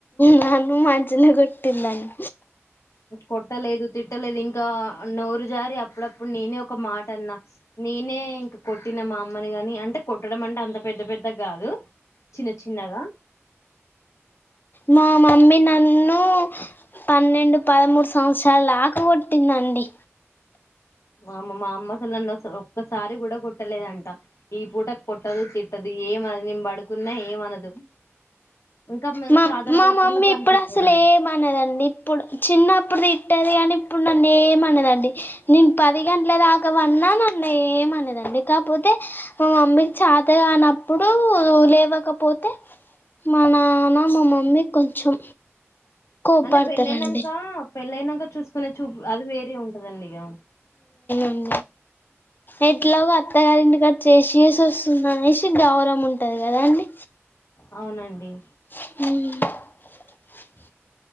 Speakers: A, on the left; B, on the left.
A: నను మంచనే కొటిందండి
B: కొట్టలేదు తిట్టలేదు ఇంకా నోరు జారి అప్పుడప్పుడు నేనే ఒక మాట అన్నా నేనే ఇంక కొట్టిన మా అమని గాని అంటే కొట్టడం అంటే అంత పెద్ద పెద్ద కాదు చిన్న చిన్నగా
A: మా మమ్మీ నన్ను పన్నెండు పదమూడు సంవత్సరాలు దాక కొట్టిందండి
B: వామ్మో మా అమ్మ అసల ననసలు ఒక్కసారి కూడా కొట్టలేదంట ఈ పూట కొట్టదు తిట్టదు ఏమనదు నేన్ బడుకున్నా ఏమనదు ఇంకా మీరు
A: మా
B: సాధన
A: మా
B: కాకుండా
A: మమ్మీ
B: పని
A: ఇప్పుడు
B: చెప్పదండి
A: అసలు ఏమనదండి ఇప్పుడు చిన్నప్పుడు తిట్టేది కానీ ఇప్పుడు నన్ను ఏమనదండి నేను పది గంటల దాకా వన్నా నన్ ఏమనదండి కాపోతే మా మమ్మీకి చాతగానప్పుడు లేవక పోతే, మా నాన్న మా మమ్మీ కొంచెం. కోప్పడతారండి
B: అంటే పెళ్ళయినాక పెళ్ళయినాక చూసుకునే చూపు అది వేరే ఉంటాదండిఇక.
A: మ్, ఎట్లాగు అత్తగారింటి ఇంటి కాడ చేసిచేసి వస్తుందనేసీ గౌరవం ఉంటాది కదా అండి?
B: అవునండి.
A: మ్